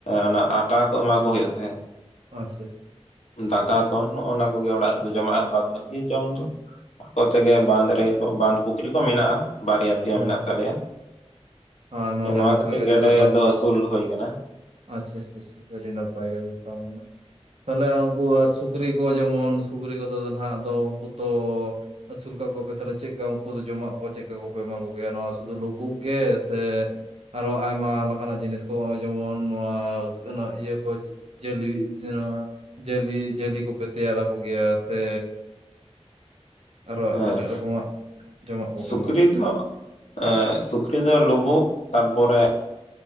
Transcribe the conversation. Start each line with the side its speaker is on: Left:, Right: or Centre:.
Left: ᱚᱱᱟ ᱟᱴᱟ ᱠᱚ ᱮᱢᱟ ᱠᱚ ᱦᱩᱭᱩᱜ ᱛᱟᱦᱮᱸᱫ
Right: ᱟᱪᱪᱷᱟ
Left: ᱫᱟᱠᱟ ᱠᱚ ᱱᱚᱜᱼᱚ ᱱᱚᱣᱟ ᱠᱚᱜᱮ ᱚᱲᱟᱜ ᱨᱮᱫᱚ ᱡᱚᱢᱟᱜ ᱟᱨ ᱵᱟᱫᱽ ᱵᱟᱹᱠᱤ ᱡᱚᱢ ᱫᱚᱼᱼ ᱟᱠᱚ ᱛᱮᱜᱮ ᱵᱟᱸᱫᱷ ᱨᱮᱜᱮ ᱵᱟᱸᱫ ᱯᱩᱠᱷᱨᱤ ᱠᱚ ᱢᱮᱱᱟᱜᱼᱟ ᱵᱟᱨᱭᱟ ᱯᱮᱭᱟ
Right: ᱦᱳᱭ
Left: ᱢᱮᱱᱟᱜ ᱛᱟᱞᱮᱭᱟ᱾
Right: ᱟᱭᱢᱟ ᱜᱮ
Left: ᱱᱚᱣᱟ
Right: ᱱᱟᱯᱟᱭ
Left: ᱠᱷᱟᱹᱛᱤᱨ
Right: ᱜᱮ
Left: ᱜᱮᱰᱮ
Right: ᱛᱟᱦᱚᱞᱮ ᱵᱟᱸᱫᱯᱩ
Left: ᱫᱚ ᱟᱹᱥᱩᱞ ᱦᱩᱭ ᱟᱠᱟᱱᱟ᱾
Right: ᱟᱪᱪᱷᱟ ᱟᱪᱪᱷᱟ ᱟᱹᱰᱤ ᱱᱟᱯᱟᱭ ᱜᱮ <inaudible> ᱛᱟᱦᱞᱮ ᱩᱱᱠᱩᱼᱼ ᱥᱩᱠᱨᱤ ᱠᱚ ᱡᱮᱢᱚᱱ ᱥᱩᱠᱨᱤ ᱠᱚᱫᱚ ᱦᱟᱸᱜ ᱫᱚ ᱩᱱᱠᱩ ᱛᱚᱼᱼ ᱟᱹᱥᱩᱞ ᱠᱟᱜ ᱠᱚᱣᱟ ᱯᱮ ᱛᱟᱦᱚᱞᱮ ᱪᱮᱫᱠᱟ ᱩᱱᱠᱩ ᱫᱚ ᱡᱚᱢᱟᱜ ᱠᱚ ᱪᱮᱫ ᱞᱮᱠᱟ ᱠᱚᱯᱮ ᱮᱢᱟ ᱠᱚ ᱜᱮᱭᱟ ᱱᱚᱣᱟ ᱥᱩᱫᱷᱩ ᱞᱩᱵᱩᱜ ᱜᱮᱼᱼ ᱥᱮ ᱟᱨᱚ ᱟᱭᱢᱟ ᱞᱮᱠᱟᱱᱟᱜ ᱡᱤᱱᱤᱥ ᱠᱚ ᱦᱚᱸᱜᱼᱚᱭ ᱡᱮᱢᱚᱱ ᱱᱚᱣᱟ ᱤᱭᱟᱹ ᱠᱚᱼᱼ ᱡᱟᱹᱞᱤ ᱡᱮ ᱡᱟᱹᱞᱤ ᱡᱟᱹᱞᱤ ᱠᱚᱯᱮ ᱛᱮᱭᱟᱨᱟ ᱠᱚ ᱜᱮᱭᱟ ᱥᱮᱼᱼ ᱟᱨ ᱦᱚᱸ
Left: ᱦᱮᱸ
Right: ᱮᱴᱟᱜ ᱨᱚᱠᱚᱢᱟᱜ? ᱡᱚᱢᱟᱜ ᱠᱚᱯᱮ
Left: ᱥᱩᱠᱨᱤ
Right: ᱮᱢᱟ ᱠᱚᱜᱮᱭᱟ
Left: ᱫᱚ ᱮᱸ ᱥᱩᱠᱨᱤ ᱫᱚ ᱞᱩᱵᱩᱜ ᱛᱟᱨᱯᱚᱨᱮᱼᱼ